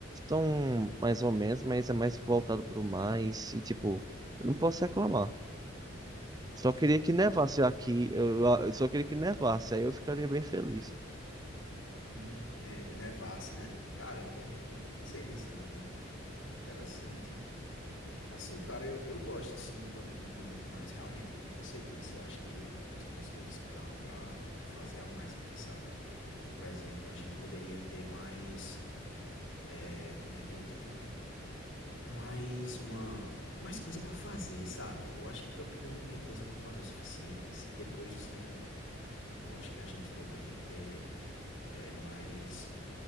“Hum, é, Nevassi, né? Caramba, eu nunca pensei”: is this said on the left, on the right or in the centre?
Left